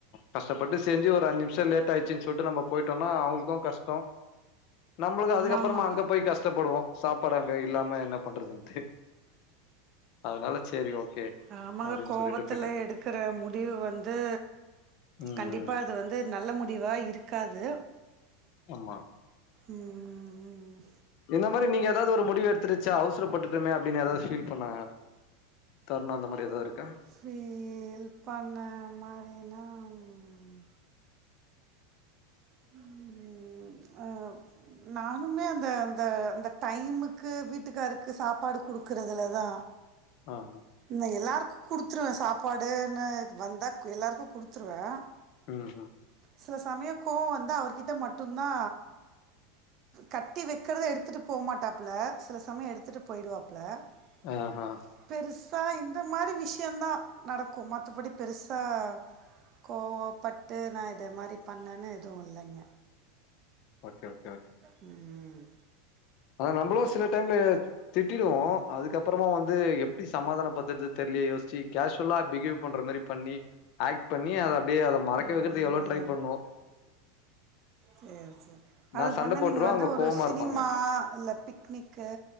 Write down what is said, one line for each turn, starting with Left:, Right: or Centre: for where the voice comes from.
Left: கஷ்டபட்டு செஞ்சு ஒரு அஞ்சு நிமிஷம் லேட் ஆயிசுனு சொல்ட்டு நம்ம போயிட்டோன்னா அவங்களுக்கு கஷ்ட நம்பளுக்கு
Right: ஆமா
Left: அதுக்கப்பறமா
Right: ஆமா
Left: அங்க போய் கஷ் கஷ்டபடுவோ சாப்பாடு அங்க இல்லாம என்ன பண்றதுன்டு அதனால சோரி ஓகே
Right: ஆமாங்க
Left: அப்டின்னு
Right: கோவதில
Left: சொல்லிட்டு போயிட்டே
Right: எடுக்கிற முடிவு வந்து
Left: ம்
Right: கண்டிபா அது வந்து நல்ல முடிவா இருக்காது
Left: அம்மா
Right: ம் ம் ம் ம்
Left: என்ன மாரி நீங்க ஏதாவது ஒரு முடிவு எடுத் துருச்சா அவசரபட்டுடுமே அப்படின்னு எதாவது ஃபீல் பண்ண தருண அந்த மாரி எதுவு இருக்கா
Right: ஃபீல் பண்ண மாதிரினா ம் ம் ம் ம் ஆ நானுமே அந்த அந்த அந்த டைமுக்கு வீட்டுகாருக்கு சாப்பாடு குடுக்குறதுல தா
Left: ஆமா
Right: நா எல்லாருக்கு குடுத்துருவே சாப்பாடுன்னு வந்தா எல்லாருக்கு குடுத்துருவே
Left: ம் ம்
Right: சில சமயக் கோவ வந்து அவர்கிட்ட மட்டுந்தா கட்டி வைக்கிறத எடுத்துகிட்டு போமாட்டாப்பல சில சமய எடுத்துட்டு போயிடுவாப்புல <unintelligible>
Left: ஆஹா
Right: பெருசா இந்த மாரி விஷயந்தா நடக்கு. மத்தபடி பெருசா கோவப்பட்டு நா இது மாரி பண்ணேன்னு எதுவு இல்லங்க
Left: ஓகே ஓகே
Right: ம்
Left: அத நம்மளு சில டைம்ல திட்டிடுவோ அதுக்கப்பறமா வந்து எப்படி சமாதான பத்துறது தெரியலே யோசிச்சி கேஷுவுலா பிகேவ் பண்ற மாரி பணி ஆக்ட் பண்ணி அத அப்டியே அத மறக்க
Right: ஓ
Left: வைக்கறது எவ்ளோ
Right: நல்ல
Left: ட்ரை பண்ணுவோ
Right: செர் செர் அதுக்கு
Left: நா சண்ட
Right: வந்து
Left: போட்ருவ
Right: நீங்க வந்து
Left: அவங்க
Right: ஒரு
Left: கோவமா
Right: சினிமா
Left: இருப்பாங்க
Right: இல்ல பிக்னிக்கு